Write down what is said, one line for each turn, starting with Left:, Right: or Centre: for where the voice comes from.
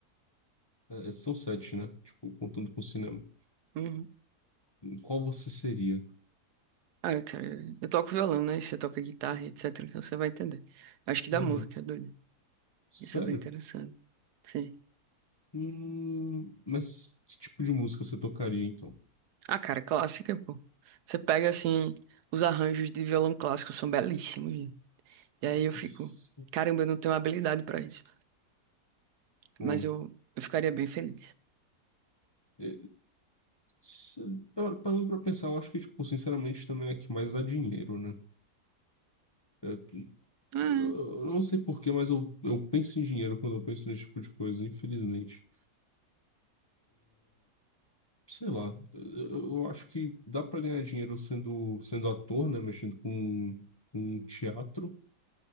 Left: É, é, são sete, né? Tipo, contando com o cinema.
Right: Uhum.
Left: Qual você seria?
Right: Ah, cara, eu toco violão, né? Você toca guitarra, etc. Então você vai entender. Acho que da
Left: Aham.
Right: música, é doido.
Left: Sério?
Right: Isso é bem interessante. Sim.
Left: Hum, mas que tipo de música você tocaria, então?
Right: Ah, cara, clássica, pô. Você pega, assim, os arranjos de violão clássico são belíssimos. né? E aí eu fico,
Left: Esse-
Right: caramba, eu não tenho habilidade pra isso.
Left: Pô,
Right: Mas eu, eu ficaria bem feliz.
Left: é, se- par- parando pra pensar, eu acho que, tipo, sinceramente, também é a que mais dá dinheiro, né? É que-
Right: Ah,
Left: eu não sei porquê, mas eu, eu penso em dinheiro quando eu penso nesse tipo de coisa, infelizmente. sei lá, eu, eu acho que dá pra ganhar dinheiro sendo, sendo ator, né? Mexendo com, com teatro,